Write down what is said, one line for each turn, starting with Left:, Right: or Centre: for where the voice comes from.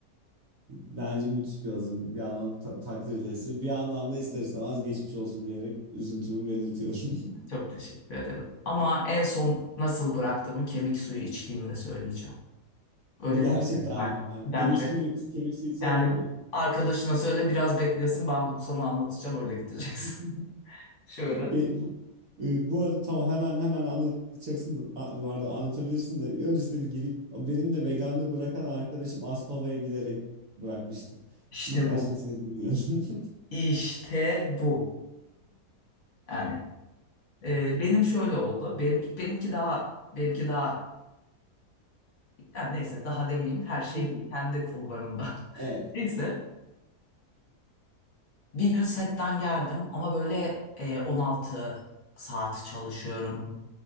Right: Bence müthiş bir azım. Bir yandan ta takdir edilesi, bir yandan da ister istemez geçmiş olsun diyerek üzüntümü belirtiyorum.
Left: Çok teşekkür ederim. Ama en son nasıl bıraktığımı kemik suyu içtiğimde söyleyeceğim. Öyle
Right: <laughs> Gerçekten
Left: bitirir bence. Bence.
Right: kemik suyu kemik suyu içerek
Left: Yani
Right: mi?
Left: arkadaşına söyle biraz beklesin ben bunu sana anlatacağım öyle gideceksin.
Right: <laughs>
Left: <laughs> Şöyle.
Right: Be- bu, e, bu arada tamam hemen hemen anlatacaksın da a- pardon anlatabilirsin de öncesinde bir gireyim. Benim de veganlığı bırakan arkadaşım Aspava'ya giderek bırakmıştı.
Left: İşte
Right: Lütfen
Left: bu.
Right: şimdi seni dinliyorum.
Left: İşte bu. Yani e, benim şöyle oldu. Benim, benimki daha benimki daha yani neyse daha demeyeyim her şey
Right: <laughs>
Left: kendi kulvarında.
Right: Evet.
Left: <laughs> Neyse bir gün setten geldim ama böyle e, 16 saat çalışıyorum.